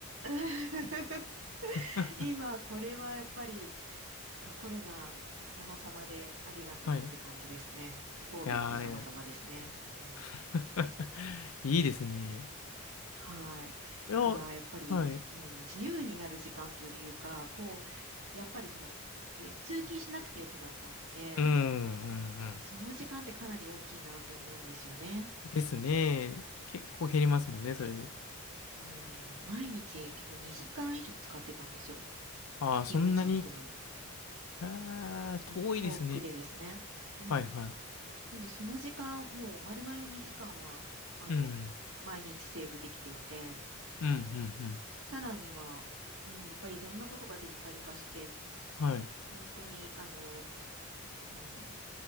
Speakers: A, on the right (about 65°); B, on the left (about 75°).
A: <laughs>
B: <laughs>
A: 今、これはやっぱり、あコロナ様々でありがとうって感じですね。
B: はい。い
A: COVID
B: やー、
A: 様々ですね。
B: いや
A: うん、
B: <laughs> いいですね。
A: はい。
B: いや、
A: が、やっぱり、
B: はい。
A: うん、自由になる時間というか、こう、やっぱりその、えー通勤しなくてよくなったんで、
B: うん、うん、うん。
A: その時間ってかなり大きいなって思うんですよね。
B: ですね。結構減りますもんね、それで。
A: うん、毎日結構2時間以上使ってたんですよ。
B: ああ、そんなに。
A: 勤務地に行くのに。
B: ああ、遠いですね。
A: うん、往復でですね。うん。
B: はい、はい。
A: なんで、その時間、もう丸々2時間は、あの、
B: うん、
A: 毎日セーブできていて、
B: うん、うん、うん。
A: さらには、うん、やっぱりいろんなことがデジタル化して、
B: はい。
A: 本当に、あの、うん、